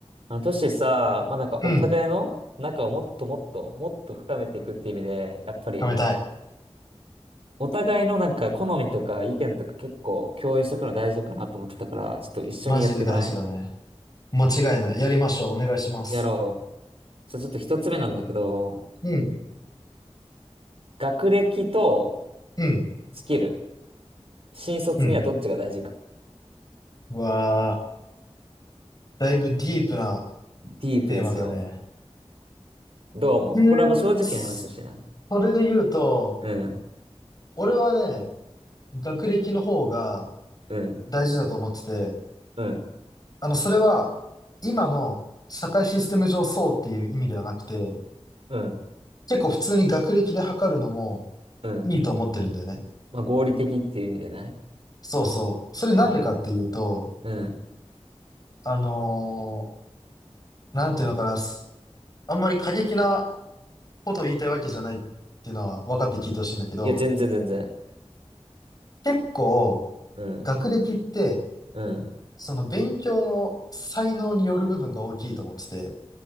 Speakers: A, on the right; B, on the left.
A: あの、トシさ、まあ、なんかお互いの仲をもっともっと、
B: うん。
A: もっと深めていくっていう意味で、やっぱり、
B: 貯めたい。
A: お互いのなんか好みとか意見とか結構共有しておくの大事かなと思ってたから、ちょっと一緒にやっていかない
B: マジで大事だね。間違いない。やりましょう。お願いします。
A: やろう。じゃあちょっと一つ目なんだけど、
B: うん、
A: 学歴と
B: うん、
A: スキル、新卒にはどっちが大事か。
B: うん。うわー、だいぶディープな
A: ディープですよ。
B: テーマだね。
A: どう思うこれはもう正直に話をしてな。
B: えー、すそれで言うと、
A: うん、
B: 俺はね、学歴の方が
A: うん、
B: 大事だと思ってて、
A: うん、
B: あの、それは、今の社会システム上そうっていう意味ではなくて、
A: うん、
B: 結構普通に学歴で測るのも
A: うん。
B: いいと思ってるんだよね。
A: まあ合理的っていう意味でね。
B: そうそう。それなんでかっていうと、
A: はい、はい。うん。
B: あのーなんていうのかな。あんまり過激なことを言いたいわけじゃないっていうのは分かって聞いてほしいんだけど、
A: いや、全然全然。
B: 結構
A: うん。
B: 学歴って、
A: うん。
B: その勉強の才能による部分が大きいと思ってて、